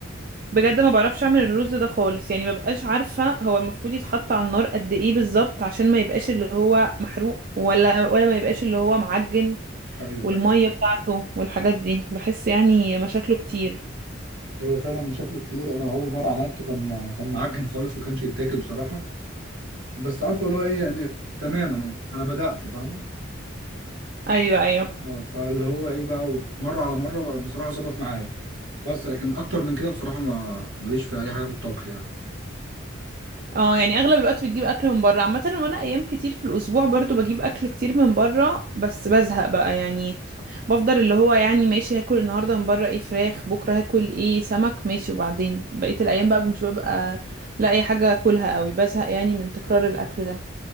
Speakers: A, on the right; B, on the right.
A: بجد ما بعرفش اعمل الرز ده خالص يعني مبقاش عارفة هو المفروض يتحط على النار قد ايه بالظبط عشان ما يبقاش اللي هو محروق ولا ولا ما يبقاش اللي هو معجن
B: ايوه
A: والمية
B: ايوه
A: بتاعته والحاجات دي بحس يعني مشاكله كتير
B: هو فعلا شكله كتير انا اول مره عملته كان كان معجن خالص وكانش يتاكل بصراحه بس عارفه اللي هو ايه يعني تمام انا انا بدات فاهمه
A: ايوه ايوه
B: اه فاللي هو ايه بقى مره على مره بقى بصراحه ظبط معايا بس لكن اكتر من كده بصراحه ما ماليش في اي حاجه في الطبخ يعني
A: اه يعني اغلب الوقت بتجيب اكل من بره عامه وانا ايام كتير في الاسبوع برضو بجيب اكل كتير من بره بس بزهق بقى يعني بفضل اللي هو يعني ماشي هاكل النهارده من بره ايه فراخ بكره هاكل ايه سمك ماشي وبعدين بقيه الايام بقى مش ببقى لاقي حاجه اكلها قوي بزهق يعني من تكرار الاكل ده